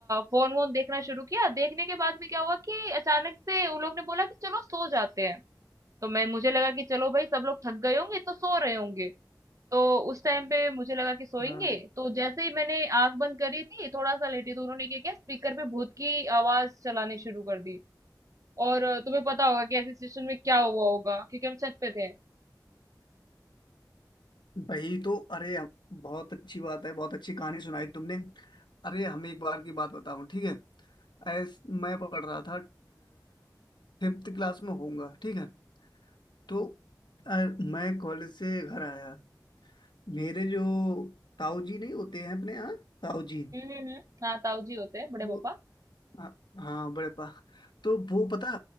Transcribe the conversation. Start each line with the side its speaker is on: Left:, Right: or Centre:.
Right: फोन वोन देखना शुरू किया देखने के बाद में क्या हुआ कि अचानक से उन लोग ने बोला कि चलो सो जाते हैं तो मैं मुझे लगा कि चलो भाई सब लोग थक गए होंगे तो सो रहे होंगे तो उस टाइम पे मुझे लगा कि सोएंगे
Left: हाँ
Right: तो जैसे ही मैंने आंख बंद करी थी थोड़ा सा लेटी तो उन्होंने क्या किया स्पीकर पे भूत की आवाज चलाने शुरू कर दी और अ, तुम्हें पता होगा कि ऐसी सिचुएशन में क्या हुआ होगा क्योंकि हम छत पे थे
Left: भाई तो अरे हम- बहुत अच्छी बात है बहुत अच्छी कहानी सुनाई तुमने अरे हम एक बार की बात बताऊं ठीक है ऐस मैं पढ़ रहा था फिफ्थ क्लास में होऊंगा ठीक है तो अ, मैं कॉलेज से घर आया मेरे जो ताऊ जी नहीं होते हैं अपने यहाँ ताऊ जी
Right: हम्म हम्म हम्म हाँ ताऊ जी होते हैं बड़े
Left: वो
Right: पापा
Left: हाँ हाँ, बड़े पा तो वो पता